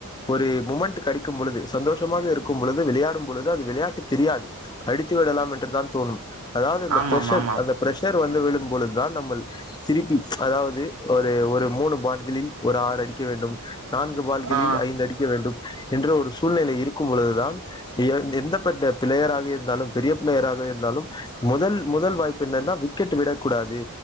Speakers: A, on the left (about 20°); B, on the right (about 85°).
A: ஒரு மூமெண்ட் கிடைக்கும் பொழுது சந்தோஷமாக இருக்கும் பொழுது விளையாடும் பொழுது அது விளையாட்டு தெரியாது அடித்து விடலாம் என்றுதான் தோணும் அதாவது அந்த
B: ஆமாம்
A: பிரஷர்
B: ஆமாம்
A: அந்த பிரஷர் வந்து விழும்பொழுதுதான் நம்மல் சிரிப்பி அதாவது ஒரு ஒரு மூணு பான்களில் ஒரு ஆறு அடிக்க வேண்டும் நான்கு பால்களில்
B: ஆ
A: ஐந்து அடிக்க வேண்டும் என்ற ஒரு சூழ்நிலை இருக்கும் பொழுதுதான் எந்தப்பட்ட பிளேயராக இருந்தாலும் பெரிய பிளேயராக இருந்தாலும் முதல் முதல் வாய்ப்பு என்னன்னா விக்கெட் விடக் கூடாது